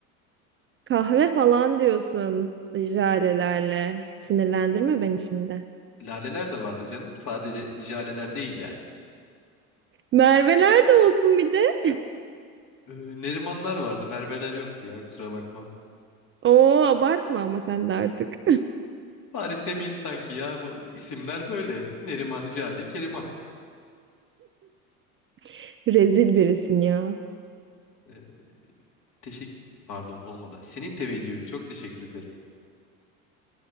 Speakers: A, on the right; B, on the left.
A: Kahve falan diyorsun jalelerle. Sinirlendirme beni şimdi.
B: Laleler de vardı canım. Sadece jaleler değil yani.
A: Merveler de olsun bir de.
B: Ee, Nerimanlar vardı. Merveler yoktu ya kusura bakma.
A: Oo abartma ama sen de artık.
B: Paris'te miyiz sanki ya? Bu isimler böyle. Neriman, Jale, Keriman.
A: <laughs> Rezil birisin ya.
B: Ee, teşekkür... Pardon olmadı. Senin teveccühün. Çok teşekkür ederim.